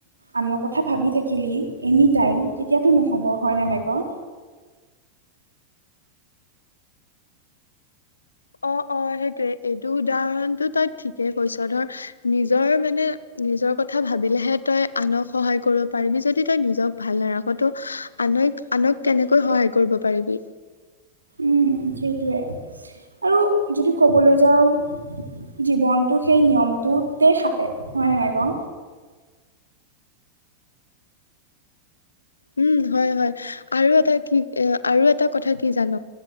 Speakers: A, on the right (about 80°); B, on the left (about 75°).
A: আনৰ কথা ভাবি থাকিলি এনি টাইম তেতিয়াতো নহ'ব, হয়নে নাই ক?
B: অ' অ ' সেইটোৱে, এইটো উদাহৰণটো তই ঠিকেই কৈছ, ধৰ নিজৰ মানে নিজৰ কথা ভাবিলেহে তই আনক সহায় কৰিব পাৰিবি। যদি দি তই নিজক ভাল নাৰাখ তো আন আনক কেনেকৈ সহায় কৰিব পাৰিবি।
A: উম' সেইটোৱে, আৰু যদি ক'বলৈ যাওঁ জীৱনটো সেই নিয়মটোতেই খাটে হয়নে নাই ক?
B: উম' হয় হয় আৰু এটা কি এ আৰু এটা কথা কি জান